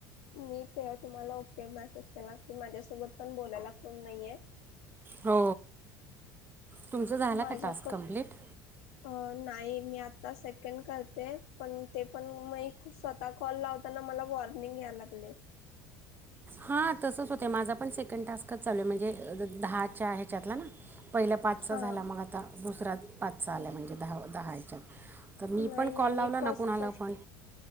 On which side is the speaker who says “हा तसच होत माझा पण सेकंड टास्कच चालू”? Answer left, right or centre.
Right